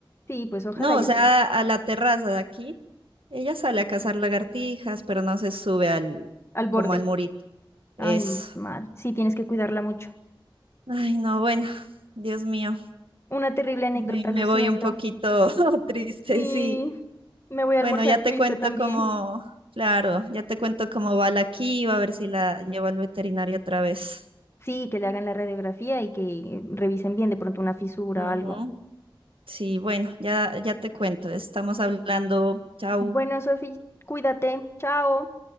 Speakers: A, on the left; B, on the right.
A: Sí, pues ojalá
B: No,
A: ya
B: o sea,
A: aprenda.
B: a la terraza de aquí. Ella sale a cazar lagartijas, pero no se sube al,
A: Al borde.
B: como al murito. Eso.
A: Ay, menos mal. Sí, tienes que cuidarla mucho.
B: Ay, no, bueno, Dios mío,
A: Una terrible anécdota,
B: me, me
A: lo siento.
B: voy un poquito <laughs> triste,
A: Sí,
B: sí.
A: me voy a
B: Bueno,
A: almorzar
B: ya te
A: triste
B: cuento
A: también.
B: cómo, claro, ya te cuento cómo va la Kiva, a ver si la llevo al veterinario otra vez.
A: Sí, que le hagan la radiografía y que revisen bien de pronto una fisura
B: Ujú.
A: o algo.
B: Sí, bueno, ya, ya te cuento, estamos hablando, chao.
A: Bueno, Sofi, cuídate. Chao.